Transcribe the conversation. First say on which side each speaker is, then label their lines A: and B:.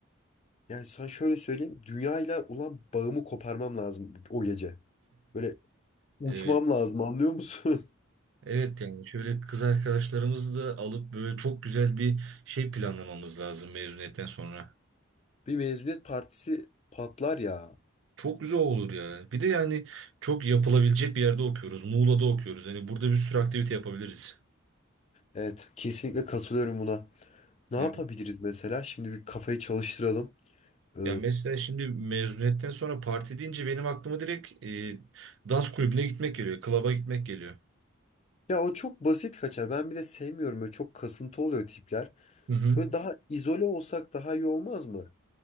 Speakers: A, on the left; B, on the right.
A: yani sana şöyle söyleyeyim dünyayla ulan bağımı koparmam lazım o gece. Böyle uçmam
B: Evet.
A: lazım anlıyor musun? <laughs>
B: Evet yani şöyle kız arkadaşlarımızı da alıp böyle çok güzel bir şey planlamamız lazım mezuniyetten sonra.
A: Bir mezuniyet partisi patlar ya.
B: Çok güzel olur ya. Bir de yani çok yapılabilecek bir yerde okuyoruz. Muğla'da okuyoruz. Hani burada bir sürü aktivite yapabiliriz.
A: Evet kesinlikle katılıyorum buna. Ne
B: Evet.
A: yapabiliriz mesela? Şimdi bir kafayı çalıştıralım. Ee,
B: Ya mesela şimdi mezuniyetten sonra parti deyince benim aklıma direkt e, dans kulübüne gitmek geliyor. Klaba gitmek geliyor.
A: ya o çok basit kaçar. Ben bir de sevmiyorum. Böyle çok kasıntı oluyor tipler.
B: Hı hı.
A: Böyle daha izole olsak daha iyi olmaz mı?